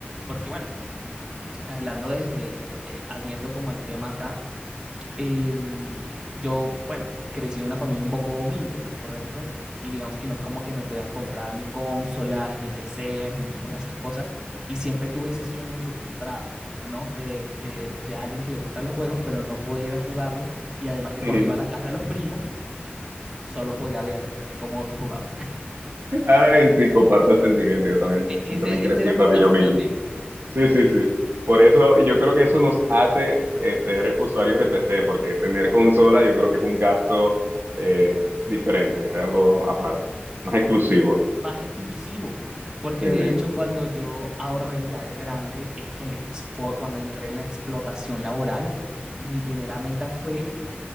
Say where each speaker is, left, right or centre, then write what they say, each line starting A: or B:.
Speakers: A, on the right (about 20°); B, on the right (about 55°).
A: porque bueno, hablando desde, eh, abriendo como el tema acá, Eh, yo, bueno, crecí en una familia un poco humilde, ¿correcto? Y digamos que no es como que me podían comprar ni consolas, ni PCs, ni ninguna de esas cosas. Y siempre tuve ese sueño frustrado, ¿no? De, de, de alguien que le gustan los juegos, pero no podía ir a jugarlos. Y además que
B: <laughs>
A: cuando iba a la casa de los primos, solo podía ver cómo otros jugaban.
B: Ay, sí, comparto el sentimiento. Yo
A: <laughs>
B: también,
A: ¿E- ¿Ese,
B: yo también crecí
A: ese era
B: en familia
A: tu caso
B: humilde.
A: también?
B: Sí, sí, sí. Por eso yo creo que eso nos hace eh, ser usuarios de PC, porque tener consola yo creo que es un gasto eh, diferente, algo aparte, más exclusivo.
A: más exclusivo, porque
B: Sí,
A: de
B: sí.
A: hecho cuando yo ahorré ya de grande, ex- eh, expo- cuando entré en la explotación laboral, mi primera meta fue,